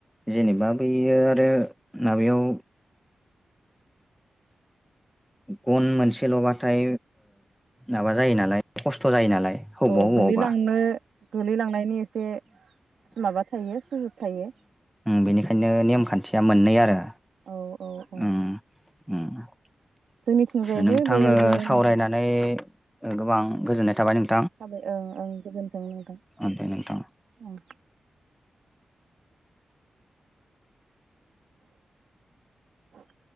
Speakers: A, in the centre; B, on the right.
A: जेनेबा बेयो आरो माबायाव गन मोनसेल'बाथाय माबा जायो नालाय खस्थ' जायो नालाय अबाव
B: औ
A: अबयावबा
B: गोलैलांनो गोलैलांनायनि एसे माबा थायो सुजुग थायो
A: बेनिखायनो नेमखान्थिया मोननै आरो
B: औ औ औ।
A: उम <inaudible>
B: जोंनिथिंजायबो
A: नोंथाङो
B: बेबायदिनो
A: सावरायनानै
B: नोंथां
A: गोबां गोजोननाय थाबाय नोंथ।
B: हाबै ओं ओं गोजोनथों बुंबाय
A: उम दे नोंथां
B: ओं <inaudible>